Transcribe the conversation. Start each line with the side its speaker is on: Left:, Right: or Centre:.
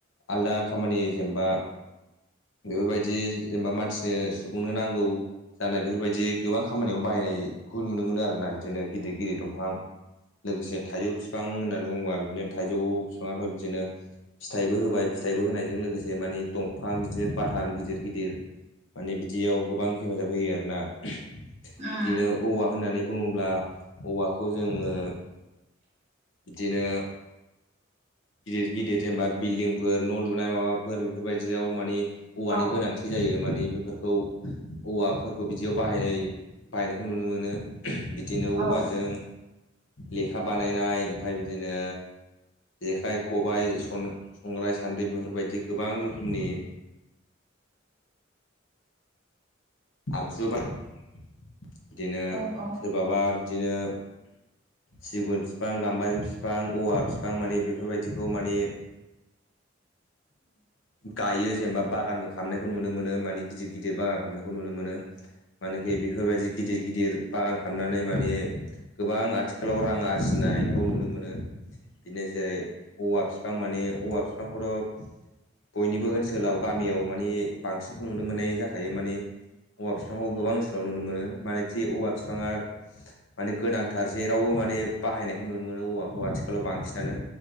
Left: आलदा खामानि जेनेबा बेफोरबायदि जेनेबा मानसिनो सुबुंनो नांगौ जानाय बेफोरबायदि गोबां खामानियाव बाहायनायखौ नुनो मोनो आरोना बिदिनो गिदिर गिदिर दंफां लोगोसे थाइजौ बिफां होननानै बुंङोबा बिदिनो थाइजौ बिफांङाथ' बिदिनो फिथाइबो होबाय फिथाइबो होनायजों लोगोसे माने दंफां बिदिनो बाथाम गिदिर गिदिर माने बिदियाव गोबां हेफाजाब होयो आरोना बिदिनो
Right: औ
Left: औवा होननानै बुंङोब्ला औवाखौ जोंङो बिदिनो गिदिर गिदिर जेनबा बिल्डिंफोर न' लुनाय माबाफोर बेफोरबायदियाव मानि औवानि
Right: औ उम औ
Left: गोनांथि जायो माने बेफोर खौ औवाफोरखौ बिदियाव बाहायनाय बाहायनायखौ नुनो मोनो। बिदिनो औवाजों
Right: औ उम
Left: लेखा बानायनाय ओमफफ्राय बिदिनो जेखाइ, खबाइ, संग्राय, सान्द्रि बेफोरबायदि गोबां रोखोमनि आगजु बाय बिदिनो
Right: औ औ
Left: सोरबाबा बिदिनो सिगुन बिफां गाम्बारि फिफां औवा बिफां माने बेफोरबायदिखौ माने औ गायो जेनेबा बागानबो खालामनायखौ नुनो मोनो माने गिदिर गिदिर बागान खालामनायखौ नुनो मोनो माने आरोखि बेफोरबायदि गिदिर गिदिर बागान खालामनानै माने गोबां आथिखालाव रां आरजिनायखौ नुनो मोनो। बिनो जेरै औवा बिफां माने औवा बिफांखौथ' बयनिबो ओनसोलाव गामियाव माने बांसिनखौ नुनो मोननाय जाखायो माने हौवा बिफांखौ गोबां नुनो मोनो मानोखि औवा बिफाङा माने गोनांथार जेरावबो माने बाहायनायखौ नुनो मोनो औवाखौ आथिखालाव बांसिनानो